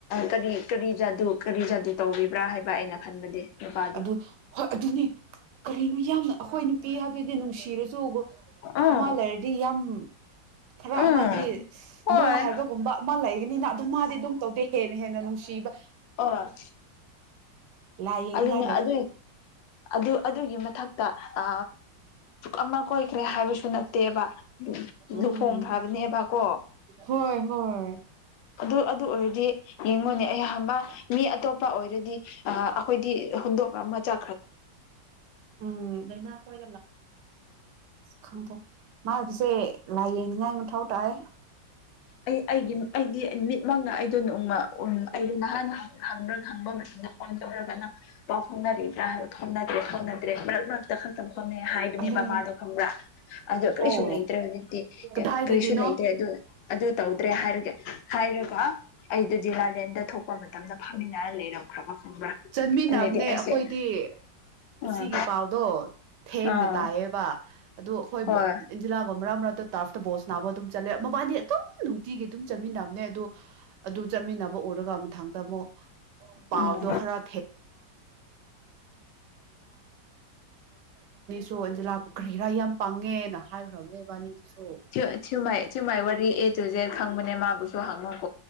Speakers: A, on the left; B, on the right.
A: ꯀꯔꯤ ꯀꯔꯤꯖꯥꯗꯨ ꯀꯔꯤꯖ ꯑꯗꯨ ꯇꯧꯕꯤꯕ꯭ꯔꯥ ꯍꯥꯏꯕ ꯑꯩꯅ ꯈꯟꯕꯗꯤ ꯅꯨꯄꯥꯗꯣ
B: ꯑꯗꯨ ꯍꯣꯏ ꯑꯗꯨꯅꯤ ꯀꯔꯤꯅꯣ ꯌꯥꯝꯅ ꯑꯩꯈꯣꯏ ꯅꯨꯄꯤ ꯍꯥꯏꯕꯗꯤ ꯅꯨꯡꯁꯤꯔꯁꯨ
A: ꯎꯝ
B: ꯑꯃ ꯂꯩꯔꯗꯤ ꯌꯥꯝ ꯈꯔ
A: ꯎꯝ
B: ꯑꯃꯗꯤ
A: ꯍꯣꯏ
B: ꯅꯣ ꯍꯥꯏꯕꯒꯨꯝꯕ ꯑꯃ ꯂꯩ ꯅꯤꯅ ꯑꯗꯨꯝ ꯃꯥꯗꯤ ꯑꯗꯨꯝ ꯇꯧꯗꯦ ꯍꯦꯟꯅ ꯍꯦꯟꯅ ꯕ
A: ꯑꯣ
B: ꯑ ꯂꯌꯦꯅꯤ
A: ꯑꯗꯨꯅꯦ
B: <inaudible>
A: ꯑꯗꯨꯏ ꯑꯗꯨ ꯑꯗꯨꯒꯤ ꯃꯊꯛꯇ ꯑ ꯑꯃ ꯀꯣꯏꯈ꯭ꯔꯦ ꯍꯥꯏꯕꯁꯨ ꯅꯠꯇꯦꯕ
B: ꯎꯝ
A: ꯂꯨꯍꯣꯡꯈ꯭ꯔꯕꯅꯦꯕ ꯀꯣ
B: ꯍꯣꯏ ꯍꯣꯏ
A: ꯑꯗꯨ ꯑꯗꯨ ꯑꯣꯏꯔꯗꯤ ꯌꯦꯡꯉꯣꯅꯦ ꯑꯩꯍꯥꯛ ꯃꯤ ꯑꯇꯣꯞꯄ ꯑꯣꯏꯔꯗꯤ ꯑꯩꯈꯣꯏꯗꯤ ꯍꯨꯝꯗꯣ ꯀ ꯃ ꯆ
B: ꯎꯝ ꯂꯅꯥ ꯈꯣꯏ ꯈꯪꯗ꯭ꯔꯦ ꯃꯥ ꯁꯦ ꯂꯥꯏ ꯌꯦꯡꯅꯤꯡꯉꯥꯏ ꯃꯊꯧ ꯇꯥꯏ
A: ꯑꯩ ꯑꯩꯒꯤ ꯑꯩꯗꯤ ꯃꯤꯠꯃꯛꯪꯅ ꯑꯩ ꯑꯗꯨ ꯎ ꯎ ꯑꯩꯗ ꯅꯍꯥꯟ ꯍꯪꯕ꯭ꯔꯥ ꯈꯪꯕ ꯃꯇꯝꯗ ꯐꯣꯟ ꯇꯧꯔꯒꯅ ꯄ ꯐꯔꯤꯕ꯭ꯔ ꯍꯥꯏ ꯐꯥꯎꯗ꯭ꯔꯦ ꯐꯥꯎꯗ꯭ꯔꯦ ꯃꯔ ꯊ ꯈꯣꯅ ꯍꯥꯏꯕꯅꯦ
B: ꯑꯂꯦ
A: ꯕꯃꯥꯗꯣ ꯈꯪꯕ꯭ꯔꯥ ꯑꯗꯣ ꯀꯔꯤꯁꯨ
B: ꯑꯣ
A: ꯂꯩꯇ꯭ꯔꯦ ꯍꯧꯖꯤꯛꯇꯤ
B: ꯀꯗꯥꯏꯗꯒꯤꯅꯣ
A: ꯀꯔꯤꯁꯨ ꯂꯩꯇ꯭ꯔꯦ ꯑꯗꯨ ꯑꯗꯨ ꯇꯧꯗ꯭ꯔꯦ ꯍꯥꯏꯔꯒꯦ ꯍꯥꯏꯔꯒ ꯑꯩꯗꯨꯗꯤ ꯂꯥꯂꯦꯟꯗ ꯊꯣꯛꯄ ꯃꯇꯝꯗ ꯐꯥꯃꯤꯟꯅꯔ ꯂꯩꯔꯝꯈ꯭ꯔꯕ ꯈꯪꯕ꯭ꯔꯥ
B: ꯆꯟꯃꯤꯟꯅꯕꯅꯦ
A: ꯑꯗꯨꯗꯤ ꯑꯩꯁꯦ
B: ꯑꯩꯈꯣꯏꯗꯤ ꯑꯁꯤꯒꯤ
A: ꯑꯥ
B: ꯄꯥꯎꯗꯣ ꯊꯦꯡꯅ
A: ꯑꯥ
B: ꯇꯥꯏꯌꯦꯕ ꯑꯗꯣ ꯑꯩꯈꯣꯏꯕ
A: ꯍꯣꯏ
B: ꯏꯟꯖꯤꯂꯥꯒꯕ ꯃꯔꯥ ꯃꯔ ꯇꯥꯔꯐꯇ ꯕꯣꯜꯁ ꯅꯥꯕ ꯑꯗꯨꯝ ꯆꯠꯂꯦ ꯃꯕꯥꯅꯤ ꯑꯗꯨꯝ ꯅꯨꯡꯇꯤꯒꯤ ꯑꯗꯨꯝ ꯆꯠꯃꯤꯟꯅꯕꯅꯦ ꯑꯗꯨ ꯑꯗꯨ ꯆꯠꯃꯤꯟꯅꯕ ꯎꯔꯒ ꯃꯊꯪꯗ ꯑꯃꯨꯛ ꯄꯥꯎꯗꯣ
A: ꯎꯝ
B: ꯈꯔ <inaudible> ꯀꯔꯤꯔꯥ ꯌꯥꯝ ꯄꯪꯉꯦꯅ ꯍꯥꯏꯈ꯭ꯔꯕꯅꯦ ꯏꯕꯥꯅꯤꯗꯨꯁꯨ
A: ꯎ ꯊꯌꯃꯥꯏ ꯋꯥꯔꯤꯔꯤ ꯑꯦꯖꯨꯖꯦ ꯈꯪꯕꯅꯦ ꯃꯥ ꯀꯆꯁꯨ ꯍꯉꯛ